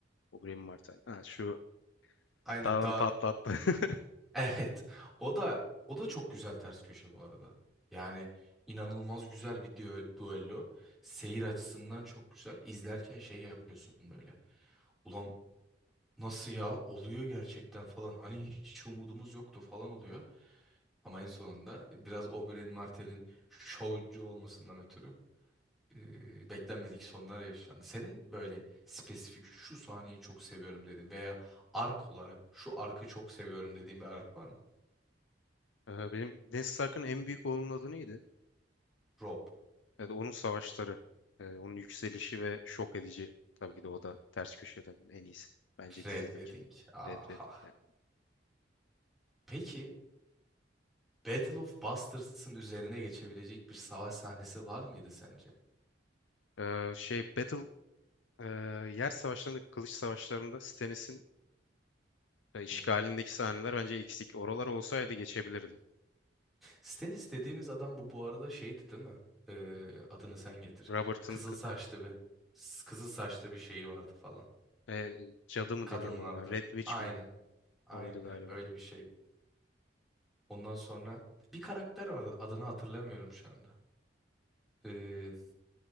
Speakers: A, on the left; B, in the centre.
A: O Graham Martel. Ha şu
B: Aynen
A: dağın
B: dağın
A: patlattı. <laughs>
B: Evet. O da o da çok güzel ters köşe bu arada. Yani inanılmaz güzel bir düe- duello. Seyir açısından çok güzel. İzlerken şey yapıyorsun böyle. Ulan nasıl ya oluyor gerçekten falan. Hani hiç umudumuz yoktu falan oluyor. Ama en sonunda biraz Oberyn Martell'in şovcu olmasından ötürü e, beklenmedik sonlar yaşandı. Senin böyle spesifik şu sahneyi çok seviyorum dedin veya ark olarak şu arkı çok seviyorum dediğin bir ark var mı?
A: Ee, benim Ned Stark'ın en büyük oğlunun adı neydi?
B: Rob.
A: Evet onun savaşları. Ee, onun yükselişi ve şok edici. Tabii ki de o da ters köşelerin en iyisi. Bence
B: Red
A: dizideki.
B: Wedding. Aha.
A: Red Wedding yani.
B: Peki Battle of Bastards'ın üzerine geçebilecek bir savaş sahnesi var mıydı sence?
A: Ee, şey Battle e, yer savaşlarında kılıç savaşlarında Stannis'in e, işgalindeki
B: Hı hı.
A: sahneler bence eksik. Oralar olsaydı geçebilirdi.
B: Stannis dediğimiz adam bu bu arada şeydi değil mi? Ee, adını sen getir.
A: Robert'ın
B: Kızıl
A: k-
B: saçlı bir s- kızıl saçlı bir şeyi vardı falan.
A: e, cadı mı
B: Kadın
A: deniyordu
B: vardı.
A: ona? Red Witch
B: Aynen.
A: miydi?
B: Aynen
A: Oydu galiba.
B: öyle bir şeydi. Ondan sonra bir karakter vardı. Adını hatırlamıyorum şu anda. Ee,